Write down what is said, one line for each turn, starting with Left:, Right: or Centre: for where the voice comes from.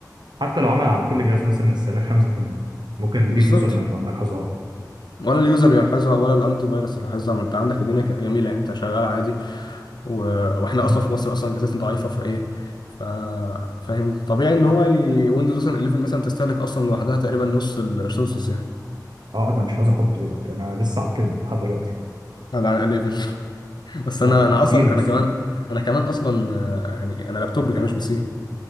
Right: حتى لو عمل على كل جهاز مثلا استهلاك 5% ممكن
Left: بالظبط
Right: دي اليوزر ما يلا- ما يلاحظهاش
Left: ولا اليوزر يلاحظها ولا الانتي فيروس يلاحظها ما انت عندك الدنيا ك- جميله انت شغال عادي و... واحنا اصلا
Right: مم.
Left: في مصر اصلا اجهزتنا ضعيفه فايه ف... فاهم طبيعي ان هو ي... ويندوز مثلا 11 مثلا تستهلك اصلا لوحدها تقريبا نص الريسورسز يعني
Right: اه ده مش عايز احط دلوقتي انا لسه على التن لحد دلوقتي
Left: على 11 <laughs> بس
Right: لا
Left: انا
Right: ده
Left: انا
Right: تقيل
Left: اصلا
Right: يا
Left: انا
Right: اسطى
Left: كمان انا كمان اصلا آه، يعني انا لابتوب كمان مش بي سي